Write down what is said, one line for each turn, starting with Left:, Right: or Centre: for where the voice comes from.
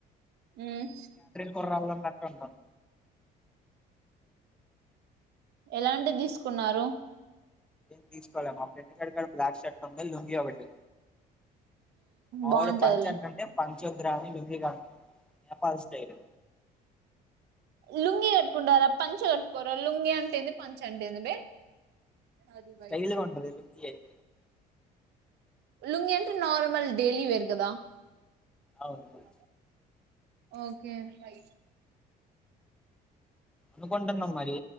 Right: ఉం
Centre: కుర్రాళ్ళు ఉన్నట్టుంటాం
Right: ఎలాంటిది తీసుకున్నారు
Centre: ఏం తీసుకోవాలే మా ఫ్రెండ్గాడి కాడ బ్లాక్ షర్ట్ ఉంది లుంగీ ఒకటి మావోడు
Right: బాగుంటదిలే
Centre: పంచ అంటుంటే పం జియోగ్రఫీ ఉందిగా నేపాల్ స్టైల్
Right: లుంగి కట్టుకుంటారా పంచ కట్టుకోర లుంగి అంటేంది పంచ అంటేంది బే అది వైట్
Centre: స్టైలుగా
Right: ఉంటది
Centre: ఉంటదు లుక్కీ అయితే
Right: లుంగి అంటే నార్మల్ డెయిలీ వేరు కదా
Centre: అవును
Right: అ స <unintelligible> ఓకే ఫై
Centre: అనుకుంటున్నాం మరి